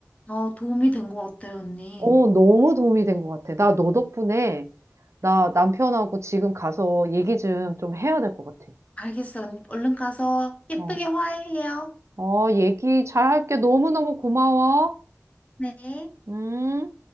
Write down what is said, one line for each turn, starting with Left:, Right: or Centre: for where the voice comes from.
Left: 어, 도움이 된 것 같아요, 언니.
Right: 어, 너무 도움이 된 것 같아. 나 너 덕분에 나 남편하고 지금 가서 얘기 좀 좀 해야 될 것 같아.
Left: 알겠어, 언니. 얼른 가서 예쁘게
Right: 어,
Left: 화해해요.
Right: 어, 얘기 잘 할게. 너무너무 고마워.
Left: 네.
Right: 음.